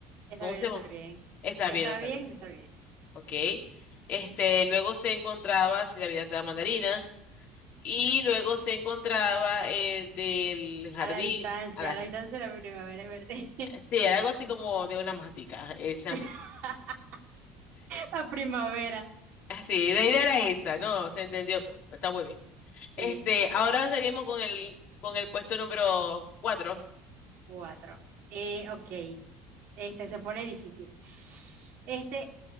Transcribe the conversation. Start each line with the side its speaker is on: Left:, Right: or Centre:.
Right: Está
Left: ¿Cómo
Right: bien,
Left: se
Right: no está
Left: llama?
Right: bien.
Left: Está
Right: Está
Left: bien, no está
Right: bien,
Left: bien.
Right: no está bien.
Left: Ok. Este, luego se encontraba Si la vida te da mandarina. Y luego se encontraba el del jardín.
Right: A la distancia,
Left: A las,
Right: a la distancia la primavera es verde.
Left: sí, era algo así como de una matica, esa
Right: <laughs>
Left: misma.
Right: La primavera.
Left: Sí, la idea era esa, ¿no? Se entendió el punto, está muy bien.
Right: Sí,
Left: Este, ahora seguimos con el, con el puesto número cuatro
Right: cuatro. Eh, ok. Este se pone difícil. Este,